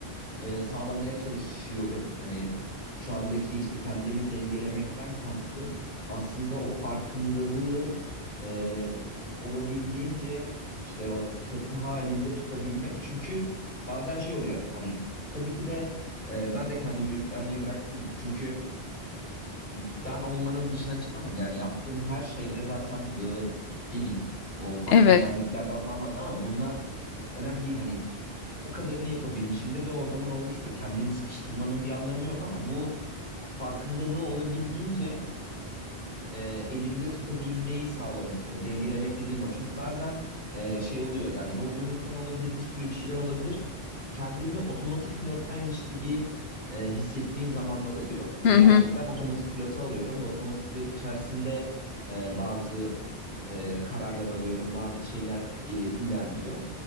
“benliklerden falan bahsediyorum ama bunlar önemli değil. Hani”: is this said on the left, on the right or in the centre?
Left